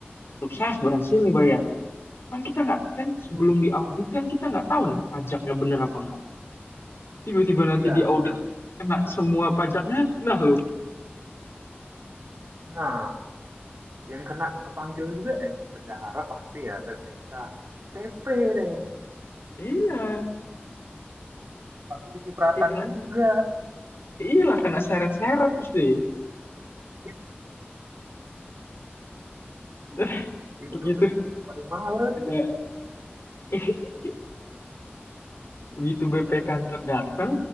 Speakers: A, on the left; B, on the right.
A: sukses berhasil nih bayar. Kan kita nggak kan sebelum
B: Hmm,
A: diaudit kan kita nggak tahu nih pajaknya bener apa enggak. Tiba-tiba nanti
B: Iya,
A: diaudit
B: benar-benar.
A: kena semua pajaknya, nah loh.
B: Nah, yang kena kepanggil juga eh bendahara pasti ya PPK PP Den
A: Iya,
B: Nah, pasti kecipratan
A: mesti kena.
B: juga
A: Iya lah kena seret-seret terus deh.
B: Ya,
A: <laughs>
B: itu
A: Begitu.
B: kerjaan paling males
A: Ada <laughs> begitu BP kantor datang,